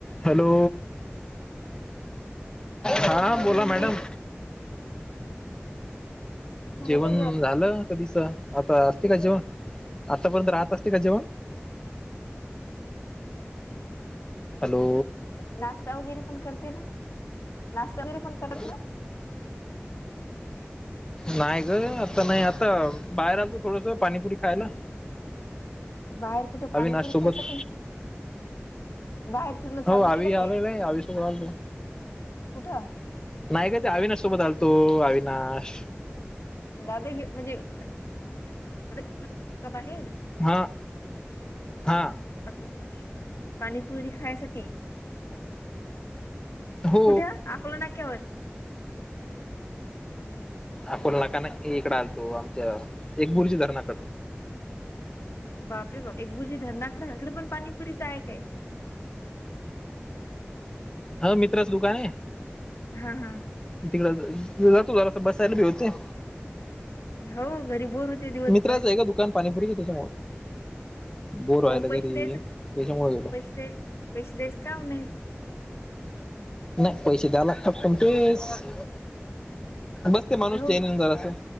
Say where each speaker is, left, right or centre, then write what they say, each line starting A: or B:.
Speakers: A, on the left (about 20°); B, on the left (about 85°).
A: Hello, हां
B: झालं
A: बोला
B: जेवण वगैरे
A: मॅडम.
B: झालं
A: जेवण
B: का
A: झालं कधीच आता असते का जेवण आतापर्यंत राहत असते का जेवण?
B: <inaudible>
A: हॅलो.
B: नाश्ता वगैरे पण करते ना, नाश्ता वगैरे पण करत
A: <inaudible>
B: ना
A: नाय ग आता नई आता बाहेर आलतो थोडस पाणीपुरी खायला.
B: बाहेर कुठ पाणीपुरी
A: अविनाश सोबत
B: खायसाठी? बाहेर फिरणं
A: हो
B: चालू
A: आवी
B: केलं
A: आलेलाय,
B: काय
A: आवी सोबत आलतो.
B: कुठं
A: नाय ग ते अविनाश सोबत आलतो अविनाश
B: गाद घे म्हणजे. <unintelligible>
A: हा.
B: <inaudible>
A: हा
B: <unintelligible> पाणीपुरी खायसाठी.
A: हो
B: कुठं? आकोला नाक्यावर.
A: अकोला नाका नाई का इकडं आलतो, आमच्या एक बुर्जी धरणाकडं.
B: बापरे बाप एक बुरजी धरणाकडं, तिकडंपण पाणीपुरीच हाय काय?
A: ह मित्राचं दुकानये.
B: हा हा.
A: तिकड <unintelligible> जरासा बसायलाबी होते.
B: हो घरी बोर होते दिवसभर
A: मित्राचं आहे का दुकान पाणीपुरीचं तिथं समोर? बोर व्हायला
B: मग
A: घरी
B: पैसे द्यायचं
A: तेच्यामुळे गेलो.
B: पैसे द्याय पैसे द्याचं काम नाही.
A: नाय पैशे द्या लागतात पण तेच बसते माणूस
B: हो
A: चेन येऊन जरासा.